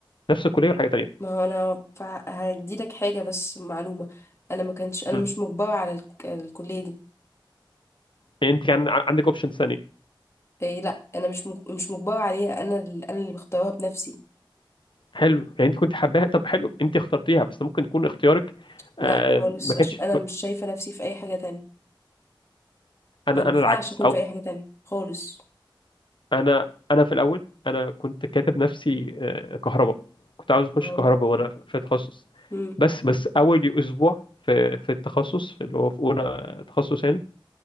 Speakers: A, on the left; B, on the left.
A: نفس الكليه
B: مم.
A: ولا حاجه تانيه
B: ما هو انا ف- هديلك حاجة بس معلومة انا ما كنتش انا
A: مم.
B: مش مجبرة على الك- الكلية دي
A: يعني انت كان ع- عندك اوبشنز ثانيه
B: إيه لا انا مش مج- مش مجبرة عليها انا اللي انا اللي مختارها بنفسي
A: حلو يعني انت كنت حباها طب حلو انت اخترتيها بس ممكن يكون اختيارك
B: لا
A: آه،
B: خالص
A: ما كانش
B: عشان انا مش شايفة نفسي في اي حاجة تانية
A: انا
B: ما ينفعش
A: انا العكس
B: اكون
A: او
B: في اي حاجه تانية خالص
A: انا انا في الاول انا كنت كاتب نفسي آه، كهرباء كنت عاوز اخش
B: هو
A: كهرباء
B: بقى
A: وانا في في تخصص
B: مم.
A: بس بس اول اسبوع في في التخصص في اللي هو في اولى تخصص يعني